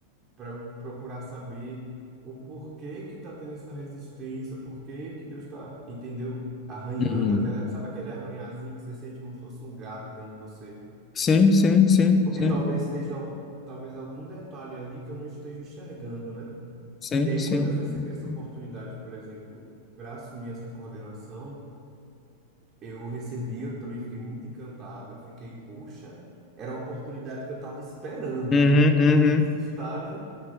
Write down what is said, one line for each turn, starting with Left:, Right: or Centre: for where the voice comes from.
Right: para procurar saber o porquê que está tendo essa resistência, o porquê que Deus está, entendeu? Arranhando
Left: Uhum.
Right: aquela, sabe aquele arranhazinho que você sente como se fosse um gato dentro de você?
Left: Sim, sim, sim,
Right: Porque
Left: sim,
Right: talvez esteja, al- talvez algum detalhe ali que eu não esteja enxergando, né?
Left: sim,
Right: E aí,
Left: sim.
Right: quando eu recebi essa oportunidade, por exemplo, para assumir essa coordenação, eu recebi, eu também fiquei muito encantado, eu fiquei, poxa, era a oportunidade que eu estava esperando,
Left: Uhum,
Right: porque
Left: uhum.
Right: eu fiz estágio